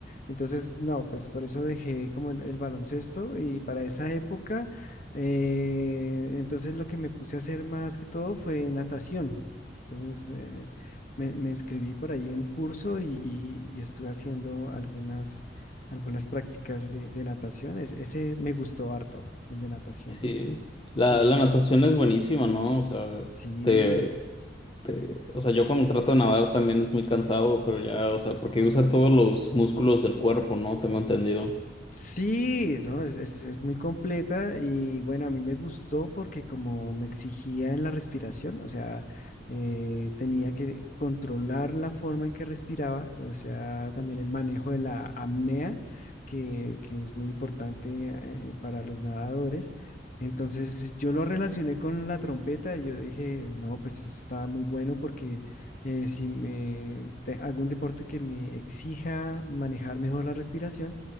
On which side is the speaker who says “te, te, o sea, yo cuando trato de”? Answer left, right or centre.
Left